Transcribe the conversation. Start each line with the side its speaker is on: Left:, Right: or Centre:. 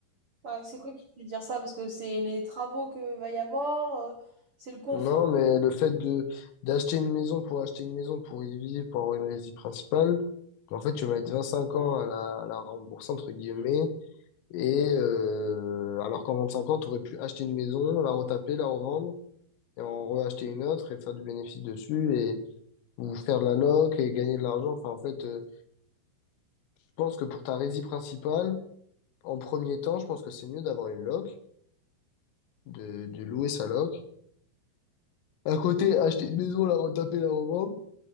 Right: Ouais, c'est quoi qui te fait dire ça? Parce que c'est les travaux que va y avoir, euh, c'est le confort.
Left: Non, mais le fait de d'acheter une maison pour acheter une maison, pour y vivre, pour avoir une résidence principale, en fait, tu vas mettre cinq ans à la, à la rembourser, entre guillemets. Et euh, alors qu'en 25 ans, tu aurais pu acheter une maison, la retaper, la revendre, et en reacheter une autre et faire du bénéfice dessus. ou faire de la loc et gagner de l'argent. Enfin, en fait, euh, je pense que pour ta résie principale, en premier temps, je pense que c'est mieux d'avoir une loc, de, de louer sa loc. À côté, acheter une maison, la retaper, la revendre,